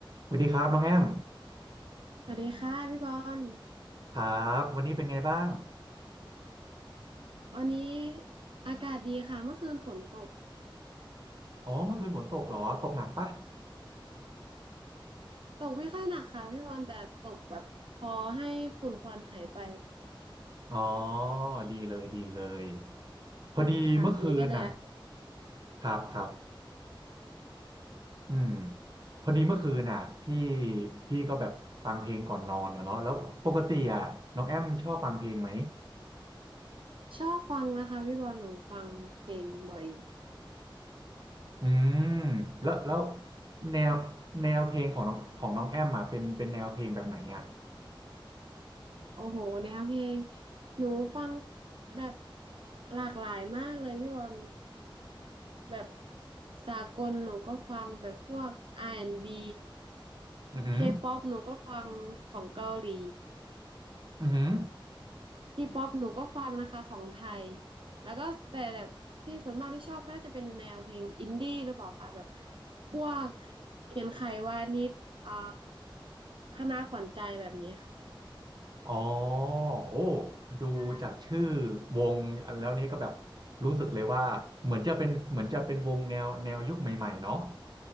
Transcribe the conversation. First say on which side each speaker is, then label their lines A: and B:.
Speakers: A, on the right; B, on the right.
A: สวัสดีครับน้องแอม
B: สวัสดีค่ะพี่บอล
A: ครับวันนี้เป็นไงบ้าง
B: วันนี้อากาศดีค่ะเมื่อคืนฝนตก
A: อ๋อเมื่อคืนฝนตกเหรอตกหนักปะ
B: ตกไม่ค่อยหนักค่ะพี่บอลแต่ตกแบบพอให้ฝุ่นควันหายไป
A: อ๋อดีเลยดีเลยพอดีเมื่อคืนน่ะ
B: ได้ค่ะวันนี้ก็เลยอากาศ
A: ครับครับอืมพอดีเมื่อคืนน่ะพี่พี่ก็แบบฟังเพลงก่อนนอนอะเนาะแล้วปกติอ่ะน้องแอมชอบฟังเพลงไหม
B: ชอบฟังนะคะพี่บอลหนูฟังเพลงบ่อยอยู่
A: อืมแล้วแล้วแนวแนวเพลงของน้องของน้องแอมอ่ะเป็นเป็นแนวเพลงแบบไหนอ่ะ
B: โอ้โหแนวเพลงหนูฟังแบบหลากหลายมากเลยพี่บอลแบบสากลหนูก็ฟังแบบพวก R&B
A: อือหือ
B: K-pop หนูก็ฟังของเกาหลี
A: อือหือ
B: ทีป๊อปหนูก็ฟังนะคะของไทยแล้วก็แต่แบบที่ส่วนมากที่ชอบก็น่าจะเป็นแนวเพลงอินดี้หรือเปล่าคะแบบพวกเขียนไขวานิชอ่าคณะขวัญใจแบบนี้ค
A: อ๋อโอ้ดูจากชื่อ
B: ่ะ
A: วงอันแล้วนี้ก็แบบรู้สึกเลยว่าเหมือนจะเป็นเหมือนจะเป็นวงแนวแนวยุคใหม่ๆเนาะ